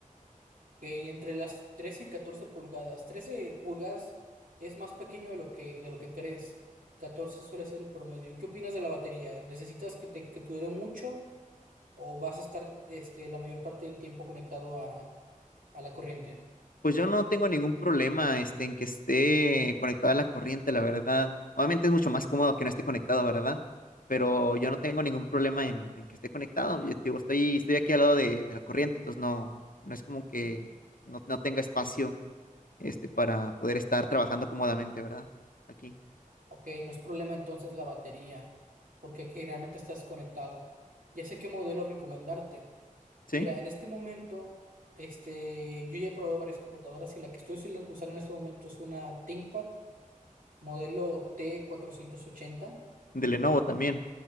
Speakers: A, on the right; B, on the left.
A: Ok, entre las 13 y 14 pulgadas. 13 pulgadas es más pequeño de lo que, de lo que crees. 14 suele ser el promedio. ¿Y qué opinas de la batería? ¿Necesitas que te que dure mucho o vas a estar este, la mayor parte del tiempo conectado a, a la corriente?
B: Pues yo no tengo ningún problema, este, en que esté conectada a la corriente, la verdad. Obviamente es mucho más cómodo que no esté conectado, ¿verdad? Pero yo no tengo ningún problema en, en que esté conectado. Yo te digo, estoy, estoy aquí al lado de, de la corriente, entonces no, no es como que no, no tenga espacio este, para poder estar trabajando cómodamente, ¿verdad? Aquí,
A: Ok, no es problema entonces la batería, porque generalmente estás conectado. Ya sé qué modelo recomendarte.
B: ¿sí?
A: Mira, en este momento, este, yo ya he probado varias computadoras y la que estoy usilan- usando en este momento es una ThinkPad modelo t cuatrocientos ochenta,
B: De Lenovo también.